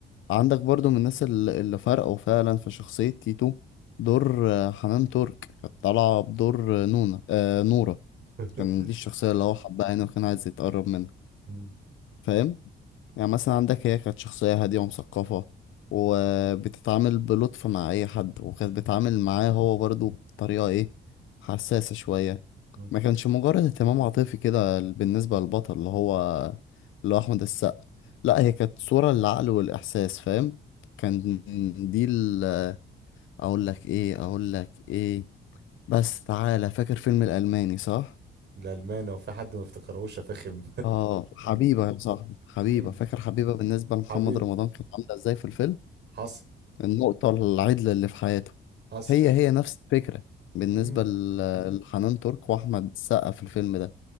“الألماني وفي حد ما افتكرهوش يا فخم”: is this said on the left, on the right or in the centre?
Right